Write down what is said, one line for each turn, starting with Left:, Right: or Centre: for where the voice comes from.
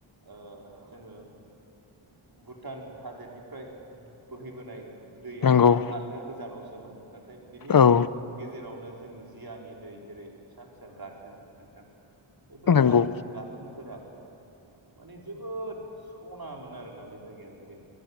Right: ओ जोङो भुटान हाजोनिफ्राय बोहैबोनाय दैया
Left: नंगौ
Right: माने आलदा गोजानावसोमोन। नाथाय बिनि
Left: औ
Right: गेजेरावनो जों जियानि दै जेरै फिसा-फिसा गाथोन नोंथां बैफोर
Left: नंगौ
Right: गाइ गाथोनफोरा माने जोबोद सना मोन आरोना बे जायगाया। जेरै